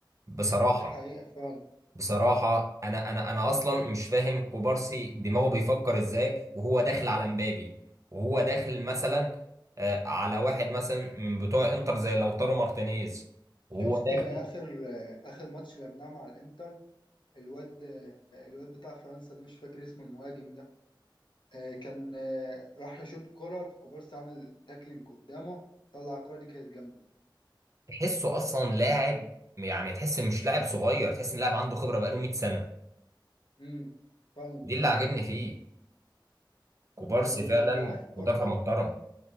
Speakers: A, on the right (about 40°); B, on the left (about 70°).
A: بصراحه
B: ده حقيقة فعلا
A: بصراحة أنا أنا أنا أصلا مش فاهم كوبارسي دماغه بيفكر إزاي وهو داخل على مبابي وهو داخل مثلا
B: مم.
A: آه، على واحد مثلا من بتوع إنتر زي لوتارو مارتينيز وهو
B: شفت
A: داخل
B: آه، اخر آه، اخر ماتش لعبناه مع الانتر الواد آه، الواد بتاع فرنسا ده مش فاكر اسمه المهاجم آه، كان آه، راح يشوط كرة فكوبارسي عمل تاكلينج قدامه طلع الكرة دي كانت جامدة
A: تحسه أصلا لاعب يعني تحس مش لاعب صغير تحس إن لاعب عنده خبرة بقاله 100 سنة
B: امم فعلا
A: دي
B: بجد
A: اللي عاجبني فيه كوبارسي
B: وتعرف
A: فعلا مدافع
B: برضه
A: محترم